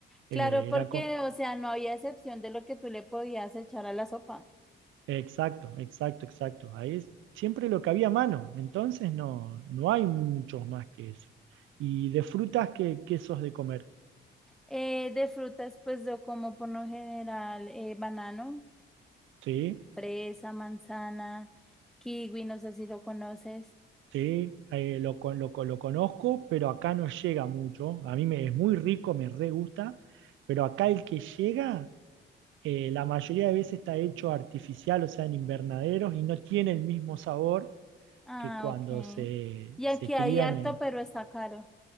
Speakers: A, on the right; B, in the centre.
A: Eh,
B: Claro, porque,
A: era co-
B: o sea, no había excepción de lo que tú le podías echar a la sopa.
A: Exacto, exacto, exacto. Ahí es siempre lo que había a mano. Entonces no, no hay muchos más que eso. Y de frutas, ¿qué, quesos de comer?
B: Eh, de frutas, pues yo como por lo general eh, banano,
A: Sí,
B: fresa, manzana, kiwi, no sé si lo conoces.
A: sí, eh, lo, con- lo, con- lo conozco, pero acá no llega mucho. A mí me, es muy rico, me re gusta, pero acá el que llega, eh, la mayoría de veces está hecho artificial, o sea, en invernaderos, y no tiene el mismo sabor
B: Ah,
A: que cuando
B: ok.
A: se,
B: Y
A: se
B: aquí hay
A: crían
B: harto,
A: en,
B: pero está caro.